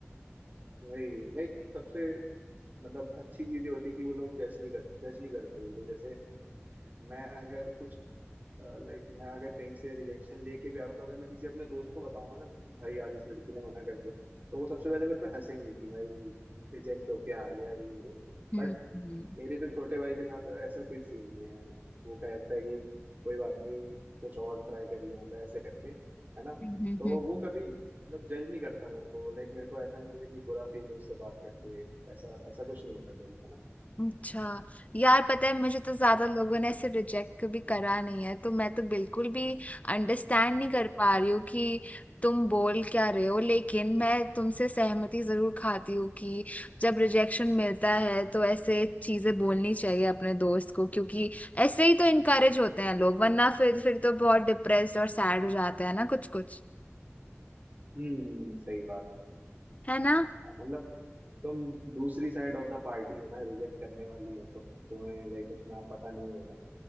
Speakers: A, on the right; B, on the left.
A: वही लाइक सबसे मतलब अच्छी चीज ये होती है कि वो लोग जज नहीं कर जज नहीं करते बिल्कुल जैसे मैं अगर कुछ लाइक मैं अगर कहीं से रिजेक्शन लेके भी आ रहा हूँ तो अगर मैं किसी अपने दोस्त को बताऊंगा ना कि भाई आज इस लड़की ने मना कर दिया तो वो सबसे पहले मेरे पे हंसेंगे कि भाई रिजेक्ट होके आ गया ये वो
B: हम्म
A: बट
B: हम्म
A: मेरे जो छोटे भाई के साथ है ऐसा कोई सीन नहीं है यार वो कहता है कि कोई बात नहीं कुछ और ट्राई करिए मतलब ऐसे करके है ना
B: हम्म हम्म,
A: तो
B: हम्म, हम्म।
A: वो कभी मतलब जज नहीं करता मेरे को लाइक मेरे को ऐसा नहीं होता कि बुरा फील हो उससे बात करके ऐसा ऐसा कुछ नहीं होता कभी है ना
B: अच्छा यार पता है मुझे तो ज्यादा लोगों ने ऐसे रिजेक्ट कभी करा नहीं है तो मैं तो बिल्कुल भी अंडरस्टैंड
A: अच्छा
B: नहीं कर
A: अच्छा
B: पा रही हूँ कि तुम बोल क्या रहे हो लेकिन मैं तुमसे सहमति जरूर खाती हूँ कि जब रिजेक्शन मिलता है तो ऐसे चीजें बोलनी चाहिए अपने दोस्त को क्योंकि ऐसे ही तो इनकरेज होते हैं लोग वरना फिर फिर तो बहुत डिप्रेस्ड और सैड हो जाते हैं ना कुछ कुछ
A: हम्म हम्म, सही बात है
B: है ना
A: मतलब तुम दूसरी साइड ऑफ द पार्टी हो ना रिजेक्ट करने वाली हो तो तुम्हें लाइक उतना पता नहीं होगा